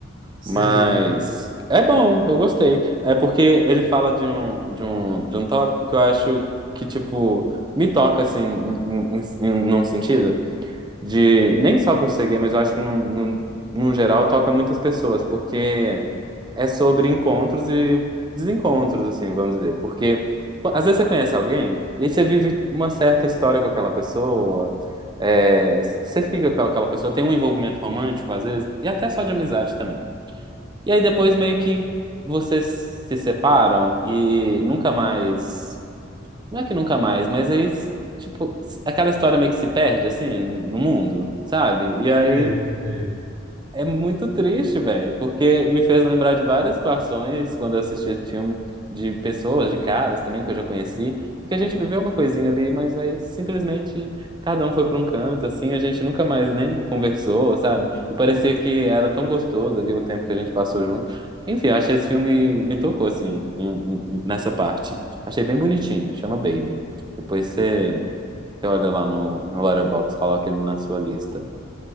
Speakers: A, on the right (about 65°); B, on the right (about 20°).
A: Sei,
B: mas é bom, eu gostei. É porque ele fala de um, de um, de um tópico que eu acho que, tipo, me toca, assim, em, em, em- num sentido de. Nem só por ser gay, mas eu acho que, num, num, num geral, toca muitas pessoas, porque é sobre encontros e desencontros, assim, vamos dizer. Porque qu- às vezes você conhece alguém e você vive uma certa história com aquela pessoa, é, você fica com aquela pessoa, tem um envolvimento romântico às vezes, e até só de amizade também. E aí depois meio que vocês se separam e nunca mais. Não é que nunca mais, mas aí, tipo, aquela história meio que se perde, assim, no, no mundo, sabe? E aí
A: sei, sei.
B: é muito triste, velho, porque me fez lembrar de várias situações quando eu assisti esse filme, de pessoas, de caras também que eu já conheci, e que a gente viveu uma coisinha ali, mas aí simplesmente cada um foi pra um canto, assim, a gente nunca mais nem conversou, sabe? E parecia que era tão gostoso ali o tempo que a gente passou junto. Enfim, eu achei esse filme, me tocou, assim, em- um, em- nessa parte. Achei bem bonitinho, chama Baby. Depois você, você olha lá no, no Letterboxd, coloca ele na sua lista.